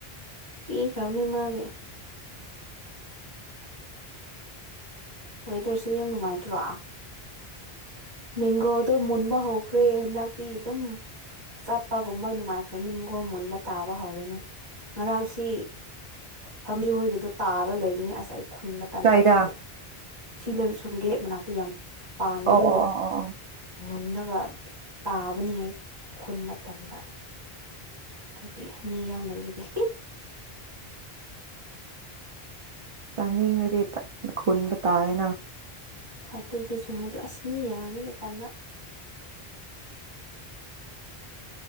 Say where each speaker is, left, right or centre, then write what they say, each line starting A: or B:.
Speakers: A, on the right (about 25°); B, on the right (about 50°).
A: ꯄꯤꯈ꯭ꯔꯕꯅꯦ ꯃꯥꯒꯤ ꯋꯦꯗꯔꯁꯦ ꯌꯥꯝ ꯅꯨꯡꯉꯥꯏꯇ꯭ꯔꯣ ꯃ‌ꯦꯡꯒ‌ꯣꯗ‌ꯣ ꯃꯨꯟꯕ ꯍꯧꯈ꯭ꯔꯦ ꯍꯟꯗꯛꯇꯤ ꯑꯗꯨꯝ ꯆꯠꯄꯒꯨꯝꯕ ꯅꯨꯡꯉꯥꯏꯈ꯭ꯔꯅꯤꯒꯣ ꯃꯨꯟꯕ ꯇꯥꯕ ꯍꯧꯔꯅꯤ ꯉꯔꯥꯡꯁꯤ ꯐꯝꯗ꯭ꯔꯤ ꯍꯣꯏꯒꯤꯗꯣ ꯇꯥꯔ ꯂꯩꯕꯅꯤ ꯑꯁ ꯈꯨꯟꯕ ꯇꯟꯕ
B: ꯀꯥꯏꯗ
A: ꯑꯗꯨꯒꯤ ꯁꯤꯗ ꯁꯨꯝ ꯒꯦꯠ ꯃꯅꯥꯛꯇ ꯌꯥꯝ ꯄꯥꯟꯕꯗꯨ
B: ꯑꯣ ꯑꯣ ꯑꯣ ꯑꯣ ꯑꯣ
A: ꯃꯨꯜꯂꯒ ꯇꯥꯕꯅꯤ ꯈꯨꯟꯕ ꯇꯟꯕ ꯑꯗꯨꯒꯤ ꯃꯤ ꯌꯥꯝ ꯂꯩꯕꯒꯤ
B: ꯆꯥꯅꯤꯡꯉꯗꯤ ꯈꯨꯨꯟꯕ ꯇꯥꯏꯌ‌ꯦꯅ
A: ꯍꯣꯏ ꯑꯗꯨꯕꯨꯗꯤ ꯆꯨꯝꯃ‌ꯦ ꯑꯗꯨ ꯑꯁ ꯃꯤ ꯌꯦꯡꯃꯟꯕ‌ꯩ ꯇꯟꯕ